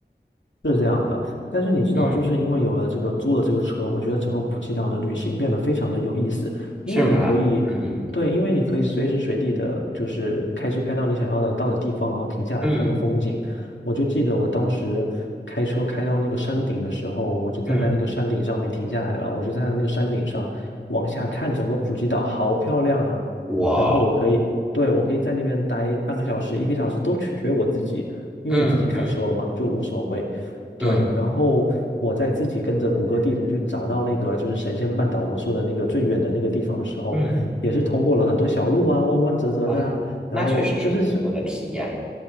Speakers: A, on the left; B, in the centre.
A: 是这样的，但是你知道，
B: 嗯，
A: 就是因为有了这个租了这个车，我觉得整个普吉岛的旅行变得非常的有意思，
B: 是吧？
A: 因为你可以，
B: 嗯
A: 对，因为你可以随时随地的，就是开车开到你想要的到的地方，然后停下来看个风景。
B: 嗯
A: 我就记得我当时开车开到那个山顶的时候，我就站在那个山顶上面停下来了，
B: 嗯，
A: 我就站在那个山顶上往下看整个普吉岛，好漂亮啊！
B: 我
A: 然后我可以，对，我可以在那边待半个小时、一个小时都取决于我自己，因为你自己开车嘛，
B: 嗯
A: 就无所谓。
B: 嗯
A: 对，然后我在自己跟着谷歌地图去找到那个就是神仙半岛我说的那个最远的那个地方的时候，
B: 嗯。
A: 也是通过了很多小路啊，弯弯折折的啊，
B: 啊，
A: 然后就是是，
B: 那确实是不错的体验。